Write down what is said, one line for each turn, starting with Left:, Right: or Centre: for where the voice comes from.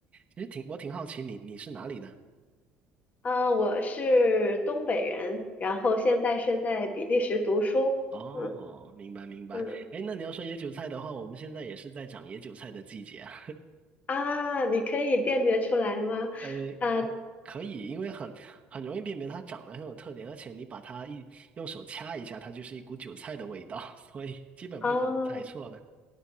Right: 其实挺我挺好奇你你是哪里的？
Left: 啊，我是东北人，然后现在是在比利时读书。
Right: 哦，
Left: 嗯。
Right: 明白明白。
Left: 嗯，
Right: 哎，那你要说野韭菜的话，我们现在也是在长野韭菜的季节啊。
Left: 啊，你可以辨别出来吗？
Right: <laughs> 呃，
Left: 啊，
Right: 可以，因为很很容易辨别它长得很有特点，而且你把它一用手掐一下，它就是一股韭菜的味道，<laughs> 所以基本不可能猜错的。
Left: 哦